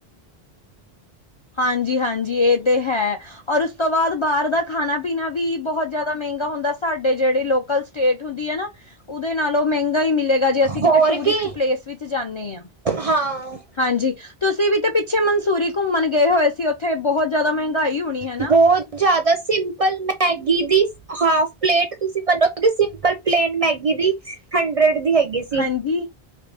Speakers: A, on the left; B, on the right.
A: ਹਾਂਜੀ- ਹਾਂਜੀ, ਇਹ ਤੇ ਹੈ। ਔਰ ਉਸ ਤੋਂ ਬਾਅਦ ਬਾਹਰ ਦਾ ਖਾਣਾ -ਪੀਣਾ ਵੀ, ਬਹੁਤ ਜਿਆਦਾ ਮਹਿੰਗਾ ਹੁੰਦਾ, ਸਾਡੇ ਜਿਹੜੇ ਲੋਕਲ ਸਟੇਟ ਹੁੰਦੀ ਆ ਨਾ, ਉਹਦੇ ਨਾਲੋਂ ਮਹਿੰਗਾ ਹੀ ਮਿਲੇਗਾ, ਜੇ ਅਸੀਂ ਕਿਤੇ
B: ਹੋਰ
A: ਟੂਰਿਸਟ
B: ਕੀ
A: ਪਲੇਸ ਵਿੱਚ ਜਾਂਨੇ ਹਾਂ।
B: ਹਾਂ
A: ਹਾਂਜੀ, ਤੁਸੀਂ ਵੀ ਤੇ ਪਿੱਛੇ ਮਨਸੂਰੀ ਘੁੰਮਣ ਗਏ ਹੋਏ ਸੀ, ਉੱਥੇ ਬਹੁਤ ਜ਼ਿਆਦਾ ਮਹਿੰਗਾਈ ਹੋਣੀ, ਹੈਨਾ?
B: ਬਹੁਤ ਜ਼ਿਆਦਾ, ਸਿੰਪਲ ਮੈਗੀ ਦੀ, ਹਾਫ ਪਲੇਟ ਤੁਸੀਂ ਮੰਨੋਗੇ ਸਿੰਪਲ ਪਲੇਨ ਮੈਗੀ ਦੀ ਹੰਡਰਡ, ਦੀ ਹੈਗੀ। ਸੀ
A: ਹਾਂਜੀ?